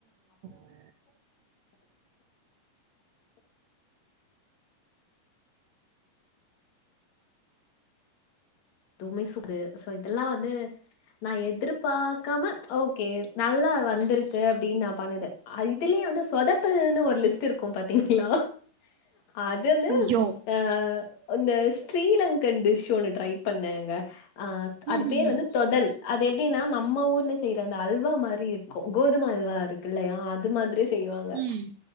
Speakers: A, on the right; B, on the left.
A: <inaudible>
B: அதுமே <unintelligible> சோ இதெல்லா வந்து நா எதிர்பாக்காம ஓகே நல்லா வந்திருக்கு அப்டின் பண்ணது ஆ இதுலே வந்து சொதப்பல்ன்னு ஒரு லிஸ்ட் இருக்கு பாத்தீங்களா அது வந்து
A: ஐயோ.
B: அ இந்த ஸ்ரீலங்கன் டிஷ் ஒன்னு ட்ரை பண்ணேங்க அ அது
A: ம், ம்,
B: பேர் வந்து தொதல் அது எப்டின்னா நம்ம ஊர்ல செய்ற அந்த அல்வா மாரி இருக்கு கோதும அல்வா இரு க்குல்லையா அது மாதிரி செய்வாங்க
A: ம்.